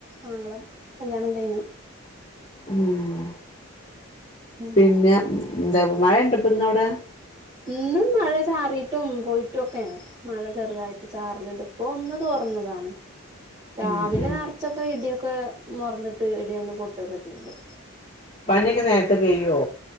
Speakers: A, on the right (about 25°); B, on the left (about 30°).
A: ആങ്ങള കല്യാണം കഴിഞ്ഞു
B: ഉം
A: ഉം
B: പിന്നെ എന്താ മഴ ഉണ്ടപ്പ ഇന്ന അവിടെ
A: ഇന്ന് മഴ ചാറിട്ടും പോയിട്ടും ഒക്കെയാണ് മഴ ചെറുതായിട്ട് ചാറലുണ്ട് ഇപ്പൊ ഒന്ന് തോറന്ന് അതാണ് രാവിലെ
B: ഉം ഉം
A: നിറച്ചൊക്കെ ഇടിയൊക്കെ മൊറഞ്ഞിട്ട് ഇടിയൊന്ന് പൊട്ടൊക്കെ ചെയ്തു
B: പണിയൊക്കെ നേരത്തെക്കെ കഴിയോ